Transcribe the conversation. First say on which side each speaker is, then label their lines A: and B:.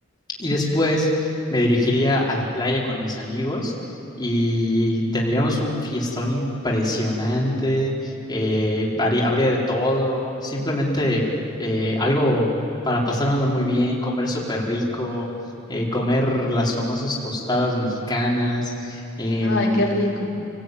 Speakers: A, on the left (about 20°); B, on the left (about 80°).
A: Y después me dirigiría a la playa con mis amigos y tendríamos un fiestón impresionante, eh, haría- habría de todo, simplemente eh, algo para pasárnoslo muy bien, comer súper rico, eh, comer las famosas tostadas mexicanas, em,
B: Ay, qué rico.